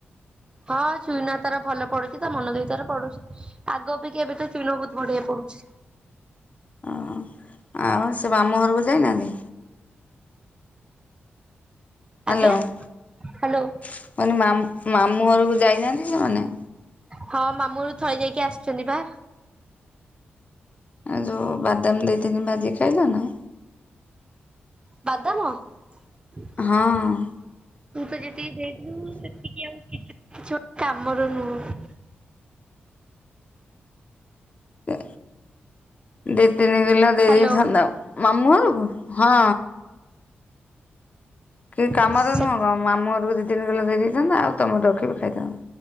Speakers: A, on the right (about 20°); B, on the left (about 35°).
A: ହଁ ଚୁଇନ ତାର ଭଲ ପଢୁଚି ତା ମନ ଦେଇ ତାର ପଢୁଛି। ଆଗ ଅପେକ୍ଷା ଏବେ ତ ଚୁଇନ ବୋହୁତ ବଢିଆ ପଢୁଛି।
B: ଆଉଁ ଆଉ ସେ ବାମୁଁ ଘରୁକୁ ଯାଇନାଆନ୍ତି।
A: ଆଜ୍ଞା
B: ହାଲୋ ମୁଁ
A: ହ୍ୟାଲୋ
B: କହିନି ମାମ୍ ମାମୁଁ ଘରୁକୁ ଯାଇନାହାନ୍ତି ସେମାନେ।
A: ହଁ ମାମୁଁ ଘରୁ ଥରେ ଯାଇକି ଆସିଛନ୍ତି ପା।
B: ଆଉ ଯୋଉ ବାଦାମ ଦେଇଥିନି ଭାଜିକି ଖାଇଲ ନା।
A: ବାଦାମ ତୁ
B: ହଁ।
A: ତ ଯେତିକି ଦେଇଥିଲୁ ସେ ତିକି ଆଉ କିଛି କିଛି ଗୋ କାମର ନୁହଁ।
B: ଏ ଦି ତିନି କିଲ ଦେଇ
A: ହ୍ୟାଲୋ
B: ଦେଇଥାନ୍ତ ମାମୁଁ ଘରୁକୁ ହଁ। କି କାମରେ
A: ସେ
B: ନୁହଁ ବା ମାମୁଁ ଘରୁକୁ ଦି ତିନି କିଲ ଦେଇେ ଦେଇଥାନ୍ତ ଆଉ ତମର ରଖି ବି ଖାଇଥାନ୍ତ।